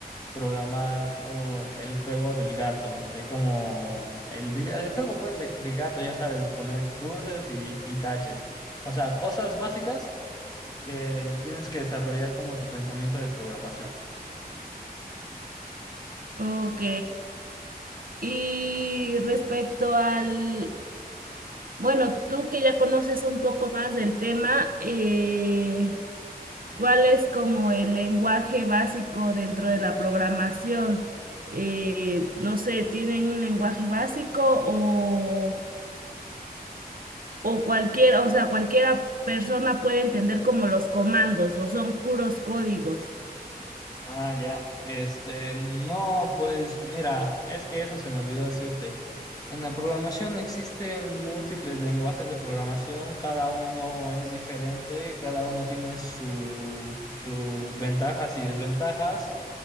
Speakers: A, on the left; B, on the right.
A: programar o el juego del gato, de como el, video- el juego pues de, de gato, ya sabes, poner cruces y, y taches. O sea, cosas básicas que tienes que desarrollar como tu pensamiento de programación.
B: Ok, y respecto al... Bueno, tú que ya conoces un poco más del tema, eh... ¿Cuál es como el lenguaje básico dentro de la programación? Eh, no sé, ¿tienen un lenguaje básico o, o cualquier, o sea, cualquiera persona puede entender como los comandos o son puros códigos?
A: Ah, ya. Este, no, pues mira, es que eso se me olvidó decirte. En la programación existen múltiples lenguajes de programación, cada uno es diferente, cada uno tiene su- sus ventajas y desventajas.